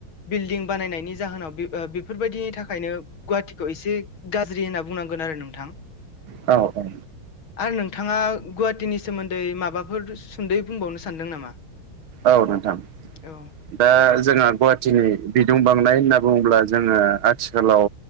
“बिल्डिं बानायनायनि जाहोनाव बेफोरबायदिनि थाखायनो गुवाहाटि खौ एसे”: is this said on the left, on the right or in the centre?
Left